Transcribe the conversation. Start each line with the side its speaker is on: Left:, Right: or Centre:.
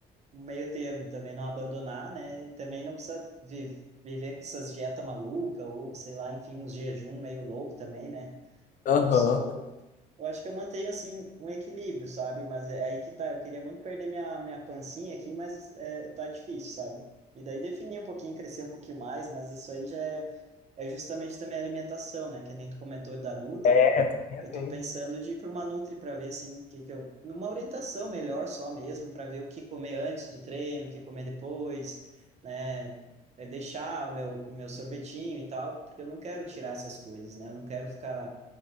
Right: um meio termo também, não abandonar, né? E também não precisa vi- viver com essas dietas malucas ou, sei lá, enfim, uns jejum meio louco também, né? Eu
Left: Aham.
Right: não sou... Eu acho que eu mantenho, assim, um equilíbrio, sabe? Mas é aí que tá, eu queria muito perder minha, minha pancinha aqui, mas é, tá difícil, sabe? E daí definir um pouquinho, crescer um pouquinho mais, mas isso aí já é, é justamente também a alimentação, né? Que nem tu comentou da Nutri,
Left: É, sim, assim.
Right: eu tô pensando de ir para uma Nutri para ver assim que, que eu, uma orientação melhor só mesmo para ver o que comer antes do treino, o que comer depois, né? É deixar o meu meu sorvetinho e tal, porque eu não quero tirar essas coisas, né? Eu não quero ficar